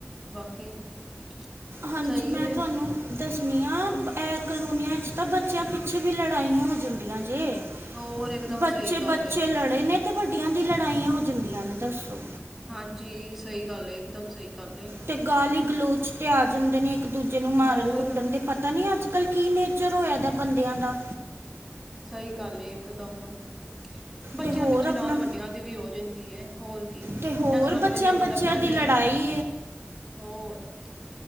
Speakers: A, in the centre; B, on the right.
A: ਬਾਕੀ <inaudible>
B: ਹਾਂਜੀ।
A: ਸਹੀ
B: ਮੈਂ
A: ਹੈ
B: ਤੁਹਾਨੂੰ ਦਸਣੀਆਂ ਇਹ ਕਲੋਨੀਆਂ ਤਾਂ ਬਦ ਬੱਚਿਆਂ ਪਿੱਛੇ ਵੀ ਲੜਾਈਆਂ ਹੋ ਜਾਂਦੀਆਂ ਨੇ ਜੇ
A: ਹੋਰ ਇਕਦਮ
B: ਬੱਚੇ
A: ਸਹੀ ਗੱਲ
B: ਬੱਚੇ
A: ਏ
B: ਲੜੇ ਨੇ ਤੇ ਵੱਡੀਆਂ ਦੀ ਲੜਾਈਆਂ ਹੋ ਜਿੰਦੀਆਂ ਨੇ ਦੱਸੋ
A: ਹਾਂਜੀ ਸਹੀ ਗੱਲ ਹੈ ਇਕਦਮ ਸਹੀ ਗੱਲ। ਏ
B: ਤੇ ਗਾਲੀ ਗਲੋਚ ਤੇ ਆ ਜਾਂਦੇ ਨੇ ਇੱਕ ਦੂਜੇ ਨੂੰ ਮਾਰਨ
A: ਹੋਰ
B: ਕੁੱਟਣ ਤੇ ਪਤਾ ਨੀ ਅੱਜ-ਕੱਲ ਕੀ ਨੇਚਰ ਹੋਇਆ ਦਾ ਬੰਦਿਆਂ ਦਾ
A: ਸਹੀ ਗੱਲ ਏ ਇਕਦਮ ਬੱਚਿਆਂ
B: ਤੇ ਹੋਰ
A: ਪਿੱਛੇ ਨਾਲ
B: ਆਪਣਾ
A: ਵੱਡਿਆਂ ਦੀ ਵੀ ਹੋ ਜਾਂਦੀ ਏ। ਹੋਰ ਕੀ
B: ਤੇ ਹੋਰ
A: ਇਸ ਨਾਲੋਂ
B: ਬੱਚਿਆਂ
A: ਵਧੀਆ
B: ਬੱਚਿਆਂ
A: ਬੰਦਾ ਪਹਿਲੇ
B: ਦੀ ਲੜਾਈ
A: ਈ ਹੋਰ